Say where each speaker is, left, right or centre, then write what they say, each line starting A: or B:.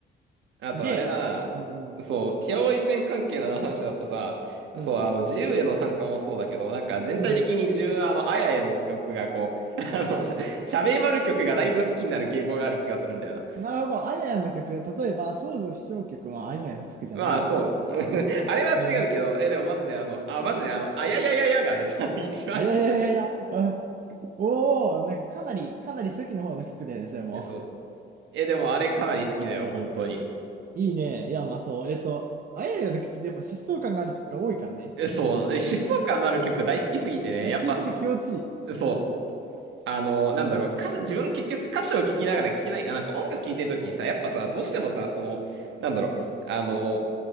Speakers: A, on the right; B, on the right.
A: すげえ。
B: あとあれだな。
A: うん
B: そう、ティアオイツェン関係の話だとさ、
A: うん。
B: そう、
A: うん。
B: あの、自由への参加もそうだけど、なんか全体的に自分、
A: うんうん
B: あの、あやへの曲がこう、<laughs> あの、シャ、シャメイバル曲がだいぶ好きになる傾向がある気がするんだよな。
A: なるほど。あややの曲。例えば、少女飛翔曲はあややの曲じゃないんだけど。
B: まあ、そう。<laughs> あれは違うけど、
A: えー、
B: え、でもマジであの、あ、マジであの、あややややがさ、<laughs> 一番こう、
A: あ、いやいやいやいや、あ、おお、なんかかなり、かなり初期の方の曲だよね、それも。
B: え、そう。え、でもあれかなり好きだよ、本当に。
A: いいね。いや、まあそう。えっと、あややの曲ってやっぱ疾走感がある曲が多いからね。
B: え、そう。え、疾走感のある曲大好きすぎてね、
A: なんか聞いてて気持ちいい。
B: やっぱそ、そう。あの、なんだろう、歌詞、自分結局歌詞を聞きながら聞けない、あ、なんか音楽聴いてる時にさ、やっぱさ、どうしてもさ、その、なんだろう、あの、